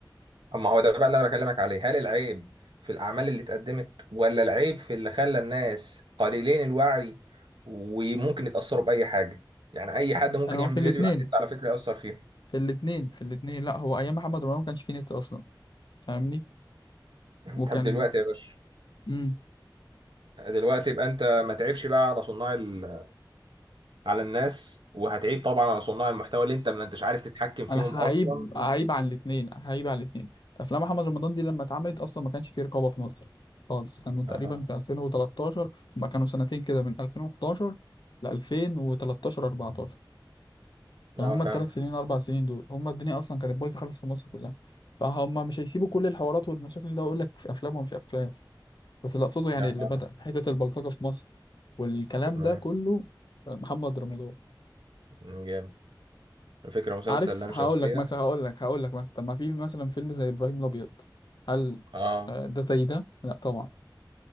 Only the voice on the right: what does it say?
اما هو ده بقى اللي انا بكلمك عليه هل العيب في الاعمال اللي اتقدمت ولا العيب في اللي خلى الناس قليلين الوعي وممكن يتاثروا باي حاجه يعني اي حد ممكن
يعمل
فيديو على النت على فكره ياثر فيه
<laughs>
طب دلوقتي يا باشا
دلوقتي يبقى انت ما تعيبش بقى على صناع ال... على الناس وهتعيب طبعا على صناع المحتوى اللي انت ما انتش عارف تتحكم فيهم
اصلا
اها
اه
فاهم
اها
تمام
جامد الفكره مسلسل
لام
شمسيه
اه